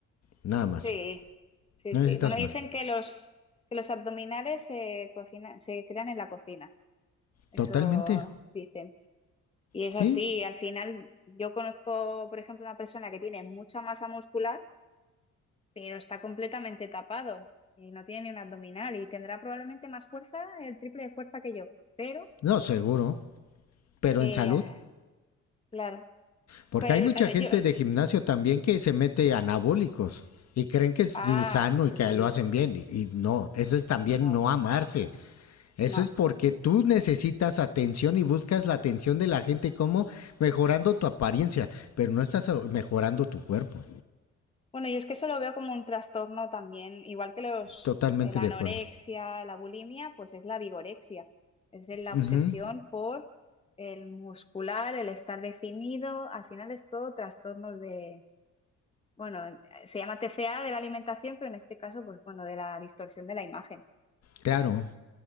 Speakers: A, on the left (about 60°); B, on the left (about 20°).
A: nada más.
B: Sí, sí,
A: No
B: sí.
A: necesitas
B: Bueno, dicen
A: más.
B: que los, que los abdominales se cocinan, se crean en la cocina, eso
A: Totalmente,
B: dicen. Y es
A: sí.
B: así, al final yo conozco, por ejemplo, una persona que tiene mucha masa muscular, pero está completamente tapado y no tiene ni un abdominal y tendrá probablemente más fuerza, el triple de fuerza que yo. Pero,
A: No, seguro. Pero
B: eh,
A: en salud.
B: claro,
A: Porque
B: pues,
A: hay mucha
B: eh,
A: gente
B: yo,
A: de gimnasio también que se mete anabólicos y creen que es
B: ah,
A: sano
B: sí,
A: y que lo hacen bien. Y, y no, eso es también
B: no,
A: no amarse. Eso
B: no.
A: es porque tú necesitas atención y buscas la atención de la gente como mejorando tu apariencia, pero no estás mejorando tu cuerpo.
B: Bueno, yo es que eso lo veo como un trastorno también, igual que los,
A: Totalmente
B: eh, la
A: de
B: anorexia,
A: acuerdo.
B: la bulimia, pues es la vigorexia, es de la obsesión
A: Ujú,
B: por el muscular, el estar definido, al final es todo trastornos de, bueno, se llama TCA de la alimentación, pero en este caso, pues bueno, de la distorsión de la imagen.
A: Claro.